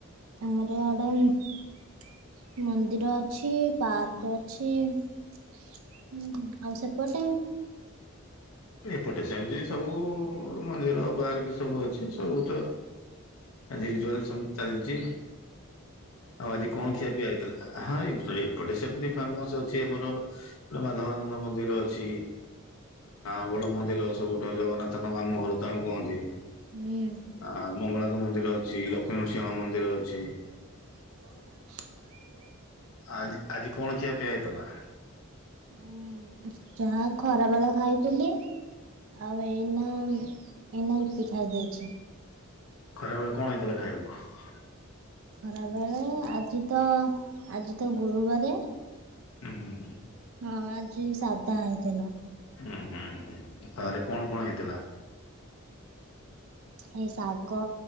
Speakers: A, on the right (about 70°); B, on the left (about 70°).
A: ଆମର ଆଡ <unintelligible> ମନ୍ଦିର ଅଛି, ପାର୍କ ଅଛି। ହୁଁ, ଆଉ ସେପଟେ
B: ଏପଟେ ସେମତି ସବୁ, ମନ୍ଦିର ପାର୍କ ସବୁ ଅଛି, ସବୁ ତ ଆଜି ଜୁଲତି <unintelligible> ଚାଲିଛି ଆଉ ଆଜି କଣ ଖିଆ ପିଇବା ହେଇ ହଁ ଏ ଏପଟେ ସେମତି ଫେମସ ଅଛି, ଆମର ଗୋଟେ ମାଧବାନନ୍ଦ ମନ୍ଦିର ଅଛି। ହଁ ବଡ ମନ୍ଦିର ସବୁଠୁ ଜଗନ୍ନାଥଙ୍କ ମାମଁ ଘର ତାଙ୍କୁ କୁହନ୍ତି,
A: ହୁଁ।
B: ଆ ମଙ୍ଗଳା ମନ୍ଦିର ଅଛି, ଲକ୍ଷ୍ମୀ ନୃସିଂହ ମନ୍ଦିର ଅଛି।
A: <inaudible>
B: ଆଜି ଆଜି କଣ ଖିଆ ପିଆ ହେଇଥିଲା?
A: ଉ ଯାହା ଖରା ଵେଲା ଖାଇଥିଲି। ଆଉ ଏନା ଏନା ୟୁ ପି ଖାଇ ଦେଇଛି।
B: ଖରା ବେଳେ କଣ ହେଇଥିଲା ଖାଇବାକୁ?
A: ଖରା ବେଳେ ଆଜି ତ, ଆଜି ତ ଗୁରୁବାର
B: ହୁଁ
A: ହଁ ଆଜି ସାଧା ହେଇଥିଲା।
B: ହୁଁ, ହୁଁ, ତାହଲେ କଣ କଣ ହେଇଥିଲା?
A: ଏଇ ଶାଗ,